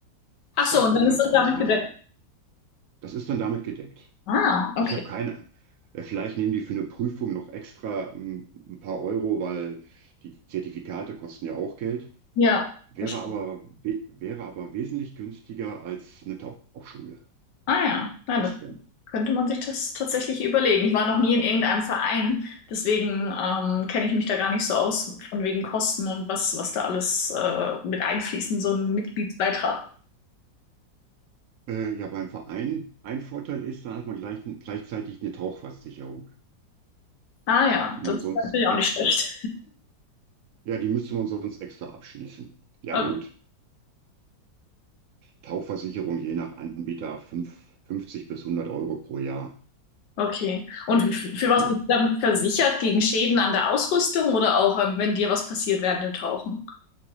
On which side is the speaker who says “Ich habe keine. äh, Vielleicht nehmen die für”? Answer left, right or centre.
Right